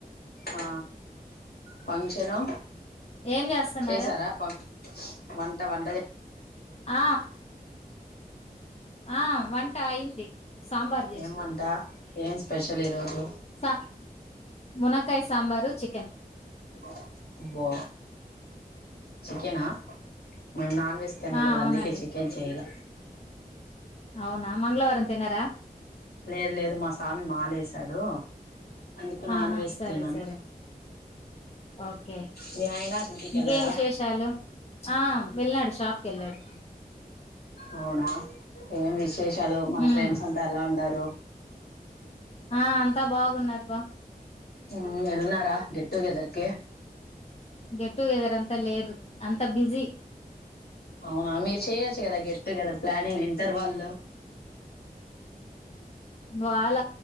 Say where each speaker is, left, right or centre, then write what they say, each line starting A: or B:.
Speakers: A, on the left; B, on the left.
A: ఆ ఫంక్షను
B: ఏం జేస్తున్నారు?
A: చేసారా ప వంట వంట చే
B: ఆ ఆ వంట అయింది సాంబార్ జేసినా.
A: ఏం వంట ఏం స్పెషల్ ఈరోజు
B: సా మునక్కాయ సాంబారు చికెన్
A: <unintelligible> బా చికెనా మేము నాన్ వెజ్ తినకూడదు
B: ఆ! అవునండి.
A: అందుకే చికెన్ చేయ్ లా
B: అవునా మంగళవారం తినరా?
A: లేదు లేదు మా సామి మాలేశాడు అందుకు నాన్
B: ఆహా!
A: వెజ్
B: సరే,
A: తినం
B: సరే. ఓకే.
A: మీ ఆయిన డ్యూటీకెళ్ళారా
B: ఇంకేం విశేషాలు? ఆ వెళ్ళాడు షాప్కెళ్ళాడు
A: అవునా ఏమి ష్ శేషాలు మన
B: హ్మ్.
A: ఫ్రెండ్స్ అంతా ఎలా ఉండా <unintelligible> టో
B: ఆ తా బాగున్నారు బా
A: ఉమ్ ఎల్నారా గెట్ టు గెదర్ కి
B: గెట్ టు గెదర్ అంతా లేదు అంతా బిజీ
A: అవునా మీరు చెయొచ్చు కదా గెట్ టుగెదర్ ప్లానింగ్ ఇంటర్ వాళ
B: వాళ్ళ